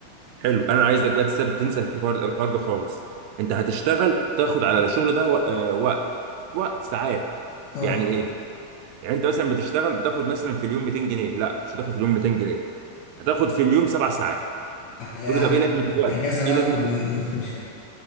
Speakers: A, on the right (about 80°); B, on the left (about 70°).
A: حلو انا عايزك بقى تسيب تنسى الحوار الحوار ده خالص انت هتشتغل تاخد على الشغل ده و- آه، وقت وقت ساعات
B: اه
A: يعني ايه؟ يعني انت مثلا بتشتغل بتاخد مثلا في اليوم 200 جنيه لا مش هتاخد في اليوم 200 جنيه هتاخد في اليوم سبع ساعات
B: يعني
A: تقول لي طب ايه لازمه الوقت
B: اجازه يعني
A: ايه لازمه
B: ولا
A: ال-
B: ايه دول <laughs> مش فاهم